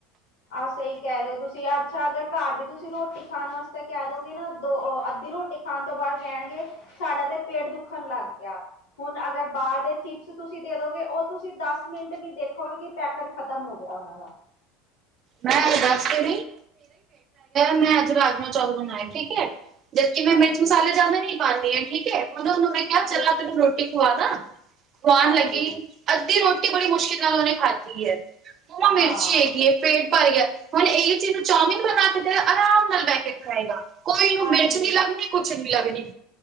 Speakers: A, on the left; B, on the right.
A: ਆਹ ਸਹੀ ਕਹਿ ਰਹੇ ਹੋ ਤੁਸੀਂ ਅੱਛਾ ਅਗਰ ਘਰ ਦੀ ਤੁਸੀਂ ਰੋਟੀ ਖਾਣ ਵਾਸਤੇ ਕਹਿ ਦੋਗੇ ਨਾ ਦੋ ਅ ਅੱਧੀ ਰੋ ਕੀ ਖਾਣ ਤੋਂ ਬਾਅਦ ਕਹਿਣਗੇ ਸਾਡਾ ਤੇ ਪੇਟ ਦੁੱਖਣ ਲੱਗ ਗਿਆ ਹੁਣ ਅਗਰ ਬਾਹਰ ਦੇ ਚਿਪਸ ਤੁਸੀਂ ਦੇ ਦੋਗੇ ਉਹ ਤੁਸੀਂ ਦਸ ਮਿੰਟ ਨੀ ਦੇਖੋਗੇ ਕਿ ਪੈਕਟ ਖ਼ਤਮ ਹੋ ਗਿਆ ਉਹਨਾਂ ਦਾ
B: ਮੈਂ ਦੱਸ ਤੇ <unintelligible> ਮੈਂ ਅੱਜ ਰਾਜਮਾ ਚੌਲ ਬਣਾਏ ਠੀਕ ਹੈ ਜਦਕਿ ਮੈਂ
A: ਹਾਂਜੀ
B: ਮਿਰਚ ਮਸਾਲੇ ਜਿਆਦਾ ਨੀ ਪਾਂਦੀ ਠੀਕ ਹੈ ਹੁਣ ਉਹਨੂੰ ਮੈਂ ਕਿਹਾ ਚੱਲ
A: ਬਿਲ
B: ਆ ਤੈਨੂੰ ਰੋਟੀ ਖਵਾਦਾ ਖਵਾਉਣ
A: ਹਾਂਜੀ
B: ਲੱਗੀ ਅੱਧੀ ਰੋਟੀ ਬੜੀ ਮੁਸ਼ਕਿਲ ਨਾਲ ਉਹਨੇ ਖਾਧੀ ਹੈ ਮੰਮਾ ਮਿਰਚੀ
A: ਹਾਂ
B: ਹੈਗੀ ਹੈ ਪੇਟ ਭਰ ਗਿਆ ਹੁਣ ਇਹਹੀ ਚੀਜ਼ਾਂ ਚੌਮਿਨ ਬਣਾ ਕੇ ਦੇਵਾ ਆਰਾਮ ਨਾਲ ਬੈ ਕੇ ਖਏਗਾ ਕੋਈ ਇਹਨੂੰ
A: ਹਾਂਜੀ
B: ਮਿਰਚ ਨੀਂ ਲੱਗਣੀ ਕੁੱਛ ਨੀ ਲੱਗਣੀ